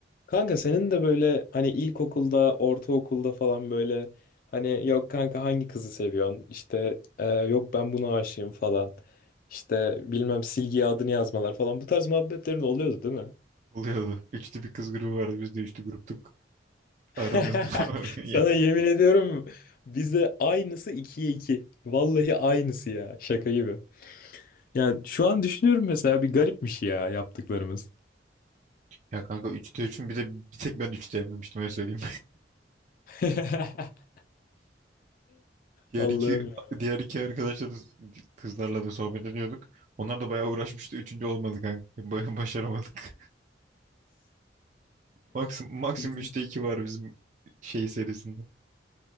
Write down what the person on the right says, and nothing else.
Oluyordu. Üçlü bir kız grubu vardı. Biz de üçlü gruptuk
aramızda. <laughs>
Ya,
ya kanka üçte üçün bir de bir tek ben üçte yememiştim öyle söyleyeyim.
Diğer
iki
diğer iki arkadaşla da kızlarla da sohbet ediyorduk. Onlar da bayağı uğraşmıştı. Üçüncü olmadık kanka. Bayağı başaramadık. <laughs> Maksimum, maksimum
üçte iki var bizim şey serisinde.